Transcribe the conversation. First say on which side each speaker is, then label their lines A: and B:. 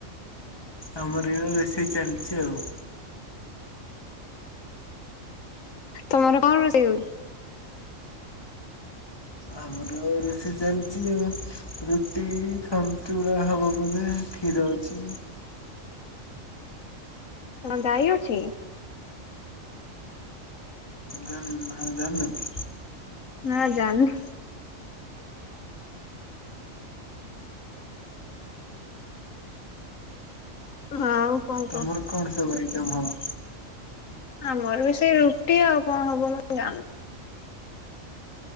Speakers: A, on the left; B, on the left.
A: ଆମର ଏଇରା ବେଶୀ ଚାଲିଚି ଆଉ।
B: ତମର କଣ ରୋଷେଇ ହଉଚି?
A: ଆମର ରୋଷେଇ ଚାଲଚି ଆଉ। ରୁଟି ସନ୍ତୁଳା ହବ ବୋଧେ କ୍ଷୀର ଅଛି।
B: କଣ ଗାଈ ଅଛି?
A: ଜାନ୍ ହଁ ଜାନୁକି।
B: ନା ଜାନି। ହଁ ଆଉ କଣ କହ
A: ତମର କଣ ସବୁ ଆଇଟମ୍ ହବ?
B: ଆମର ବି ସେଇ ରୁଟି ଆଉ କଣ ହବ ମୁଁ ଜାଣିନି।